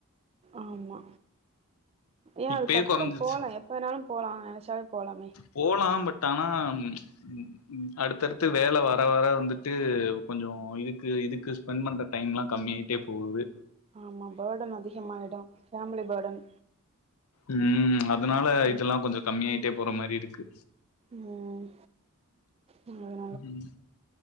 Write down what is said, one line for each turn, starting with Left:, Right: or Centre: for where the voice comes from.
Right: ஆம்மா ஏ
Left: இப்பயே
Right: அதுக்கப்புறோம்
Left: கொறஞ்சிருச்சு
Right: போலா எப்ப வேணாலும் போலா அ நெனச்சாவே போலாமே.
Left: போலாம் பட் ஆனா ம் ம் ம் அடுத்தடுத்து வேல வர வர வந்துட்டு கொஞ்சோ இதுக்கு இதுக்கு ஸ்பெண் பண்ற டைம்லா கம்மியாயிட்டே போவுது.
Right: ஆமா பேடன் அதிகமாயிடு ஃபேமிலி பேடன்.
Left: ம் அதுனால
Right: ம்
Left: இதுல்லா கொஞ்சோ கம்மியாயிட்டே போற மாரி இருக்கு.
Right: ம் நல்லது
Left: ம்